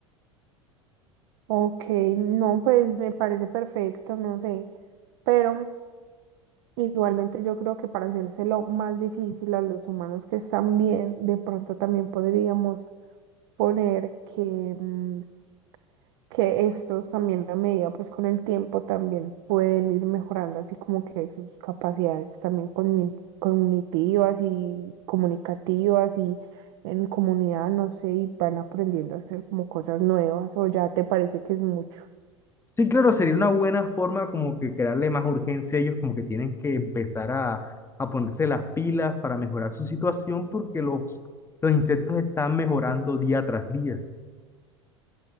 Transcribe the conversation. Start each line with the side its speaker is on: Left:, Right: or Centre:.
Right: Ok, no, pues me parece perfecto, no sé, pero... Igualmente yo creo que para hacérselo más difícil a los humanos que están bien, de pronto también podríamos poner que, mm, que estos también a medida, pues con el tiempo también pueden ir mejorando, así como que sus capacidades también cogni- cognitivas y comunicativas y en comunidad, no sé, y van aprendiendo a hacer como cosas nuevas, o ya te parece que es mucho.
Left: Sí, claro, sería una buena forma como que crearle más urgencia a ellos, como que tienen que empezar a, a ponerse las pilas para mejorar su situación porque los, los insectos están mejorando día tras día.